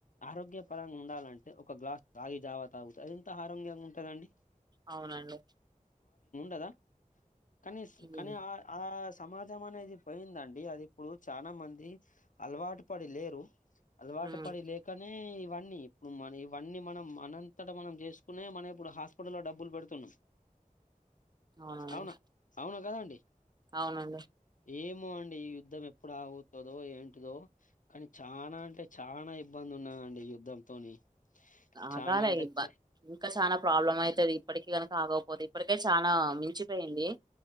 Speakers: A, on the left; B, on the right.
A: ఆరోగ్య పరంగా ఉండాలంటే ఒక గ్లాస్ రాగి జావాత అ అది ఎంత ఆరోగ్యంగా ఉంటుదండి
B: అవునండి
A: కదా కనీస్
B: ఉమ్,
A: కని ఆ ఆ ఆస్ సమాజం అనేది పోయిందండి అది ఇప్పుడు చాలా మంది అలవాటు పడి లేరు అలవాటు
B: ఉమ్,
A: పడి లేకనే ఇవన్నీ ఇప్పుడు మన ఇవన్నీ మనం అనంతట మనం చేసుకునే మనం ఇప్పుడు హాస్పిటల్లో లో డబ్బులు పెడుతున్నాం
B: అవునండి
A: అవునా అవునా కదా అండి
B: అవునండి
A: ఏమో అండి ఈ యుద్ధం ఎప్పుడు ఆగుతుందో ఏంటిదో కానీ చానా అంటే చాలనా ఇబ్బంది న్నా అండి యుద్ధంతోని చానా
B: ఆగాలే
A: అంటే చ
B: ఇంకా చాలా ప్రాబ్లం అయితుది ఇప్పటికిీ కనుక ఆగపోతే అకా చాలా మించిపోయింది